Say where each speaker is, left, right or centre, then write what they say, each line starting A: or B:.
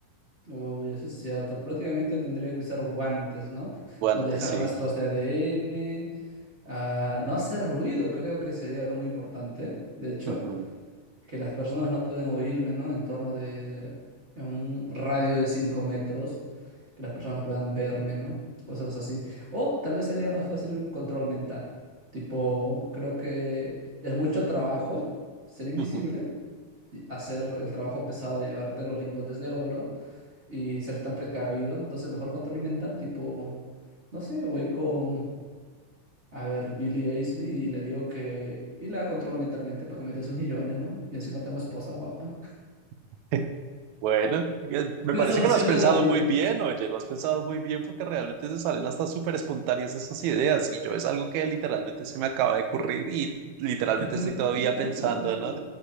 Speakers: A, on the right; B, on the right.
A: Uy, eso es cierto. Prácticamente tendría que usar guantes, ¿no?
B: Guantes,
A: No dejar
B: sí.
A: rastros de ADN. ah, no hacer ruido, creo que sería muy importante, de hecho.
B: Ujú,
A: que las personas no pueden oírme, ¿no? En torno de, en un radio de 5 metros, que las personas no puedan verme, ¿no? Cosas así. O tal vez sería más fácil el control mental. Tipo, creo que es mucho trabajo ser invisible,
B: ujú.
A: y hacer el trabajo pesado de llevarte los lingotes de oro y ser tan precavido. Entonces, mejor control mental, tipo, no sé, voy con, a ver, Billie Eilish y le digo que, y la controlo mentalmente para que me dé sus millones, ¿no? Y encima tengo esposa guapa.
B: <laughs> Bueno, eh,
A: <laughs>
B: me
A: Resoluciona
B: parece que lo has pensado
A: la vida.
B: muy bien, oye, lo has pensado muy bien porque realmente se salen hasta súper espontáneas esas ideas y yo es algo que literalmente se me acaba de ocurrir y literalmente
A: <laughs>
B: estoy todavía pensando, ¿no?